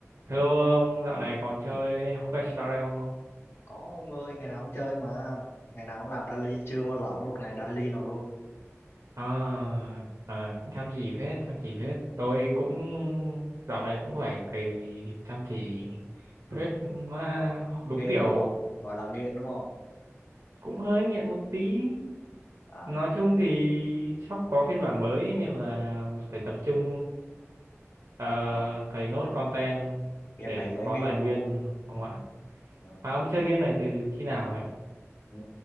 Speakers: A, on the right; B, on the left.
A: Hello ông, dạo này còn chơi Honkai Star Rail không?
B: có ông ơi ngày nào ông chơi mà ngày nào ông làm daily chưa mà lỡ một ngày daily nào luôn
A: À, à, cũng chăm chỉ phết, chăm chỉ phết. Tôi cũng dạo này cũng phải cày chăm chỉ
B: à,
A: phết mà
B: gọi
A: đúng
B: nghiện
A: kiểu
B: đúng không gọi là nghiện đúng không
A: cũng hơi nghiện một tí.
B: à,
A: Nói chung thì sắp có phiên bản mới nên là phải tập trung ờ,
B: à
A: cày nốt content
B: game
A: để
B: này dễ
A: có
B: nghiện
A: tài nguyên
B: mà
A: không ạ?
B: ừ.
A: Mà ông chơi game này từ khi nào vậy?
B: ừ,